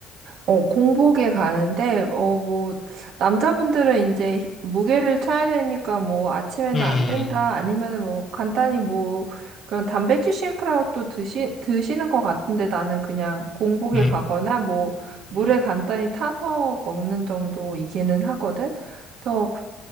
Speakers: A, on the right (about 75°); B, on the left (about 40°).
A: 어, 공복에 가는데, 어, 뭐, 남자분들은 이제 히- 무게를 쳐야 되니까 뭐, 아침에는
B: 음,
A: 안 된다, 아니면은 뭐, 간단히 뭐, 그런 단백질 쉐이크라도 드시, 드시는 것 같은데 나는 그냥 공복에
B: 음,
A: 가거나 뭐, 물에
B: 음,
A: 간단히 타서 먹는 정도이기는 하거든? 그래서,